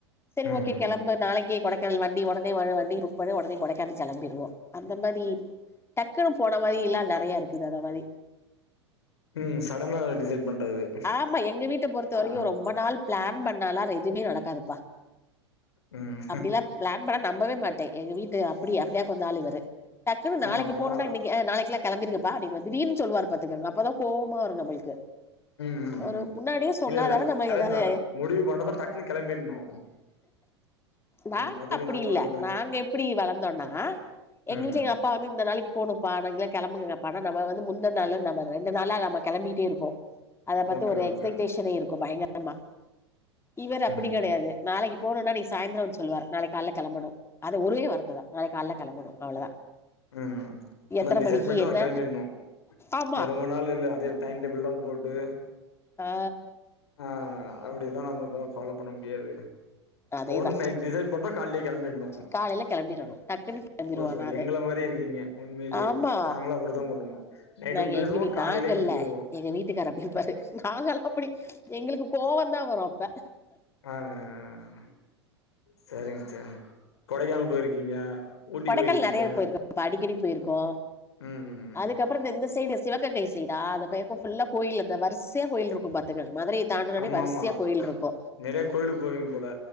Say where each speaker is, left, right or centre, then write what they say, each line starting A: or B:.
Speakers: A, on the left; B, on the left.
A: செரி
B: ம்
A: ஓகே கெளம்பு நாளைக்கே கொடைக் கானலு வண்டி ஒடனே வ வண்டி புக் பண்ணி ஒடனே கொடைக்கானல் கெளம்பிடுவோ அந்த மாதி டக்குனு போனா கோயில்லா நெறையா இருக்குது அந்த மாதி
B: ம் சடனா டிசைட் பண்றது
A: ஆமா எங்க வீட்ட பொறுத்த வரிக்கு
B: ஆ
A: ரொம்ப நாள் ப்ளான் பண்ணா லாரு எதுமே நடக்காதுப்பா
B: ம்
A: அப்டிலா ப்ளான் பண்ணா நம்பவே மாட்டே எங்க வீட்டு அப்டி அப்டியா கொந்தா ஆளு இவரு டக்குனு
B: ஆமாங்களா
A: நாளக்கு போனுனா இன்னக்கி அ நாளக்குளா கெளம்பீருங்குப்பா அப்டினு வந்து திடீர்னு சொல்லுவாரு பாத்துக்கங்க அப்பதா கோவ்மா வரு நம்ளுக்கு
B: ம் ம்
A: ஒரு
B: ம்
A: முன்னாடியே சொன்னாதானே
B: இல்ல இல்ல
A: நம்ம
B: கரெக்ட்
A: ஏதாது
B: தான் முடிவு பண்ணதும் டக்குன்னு கெளம்பிட்ணு
A: நாங்க
B: ஆமா அதுக்கு
A: அப்டி
B: நம்ம
A: இல்ல
B: ஒரு
A: நாங்க எப்டி வளந்தோனா எங்க
B: ம்
A: வீட்ல எங்க அப்பா வந்து இந் த நாளைக்கி போனும்ப்பா கெளம்புங்கங்கப்பானா நம்ம வந்து முந்துன்ன நாள் நம்ம ரெண்டு நாளா நம்ம கெளம்பிக்கிட்டே இருப்போ அத பத்தி
B: ஓகே
A: ஒரு
B: ஓகே
A: எக்ஸ்பெக்ட்டேஷனே இருக்கு பயங்கரமா இவரு அப்டி
B: ம்
A: கெடையாது நாளைக்ப் போனும்னா இன்னைக்கி சாயந்தர வந்து சொல்லுவாரு நாளைக்கு காலைல கெளம்பணு அது ஒரே வார்த்ததா நாளைக்கு காலைல கிளம்புனு அவ்ளோதா
B: ம் அதா
A: எத்தன
B: டிசைட்
A: மணிக்கு
B: பண்ட
A: என்ன
B: கெளம்பிணு
A: ஆமா
B: ரொம்ப நாள் இல்ல அதே டைம் டேபிள்லா போட்டு
A: ஆ
B: ஆஹ் அப்டி எல்லா நம்ம ஃபாலோ பண்ண முடியாது
A: அதேதா
B: போனு நைட் டிசைட் பண்ணா கால்லையே கிளம்பிணு
A: காலைல கெளம்பிறணு டக்குனு கெளம்பிருஓ
B: சார்
A: நானு
B: எங்கள மாரி இருக்கீங்க உண்மையிலே
A: ஆமா
B: நாங்களு அப்படித்தா பண்ணுவோ நைட்டு
A: நாங்க
B: பேசுவோ
A: எங்க வீ
B: காலையிலே
A: நாங்கள்ல
B: கெளம்பிடுவோ
A: எங்க வீட்டுக்கார அப்டி இருப்பாரு நாங்கல்லா அப்டி எங்ளுக்கு கோவந்தா வரு அப்ப
B: ஆஹ் ஹ் ஹ் செரிங் செரிங் கொடைக்கானல் போயிருக்கீங்க ஊட்டி
A: கொடைக்கானல்
B: போயிருக்கீங்க
A: நெறைய போயிருக்கோபா அடிக்கடி போயிருக்கோ
B: ம் ம் ம்
A: அதுக்கப்றோ இந்த இந்த சைடு சிவகங்கை தா ஆ அந்த பக்க ஃபுல்லா கோயில் தா வரிசையா கோயில் இருக்கு பாத்துக்குங் மதுரைய தாண்டூனோனே
B: ஆமா
A: வரிசையா
B: ஆமா
A: கோயில் இருக்கு
B: நெறைய கோயிலுக்கு போவீங்க போல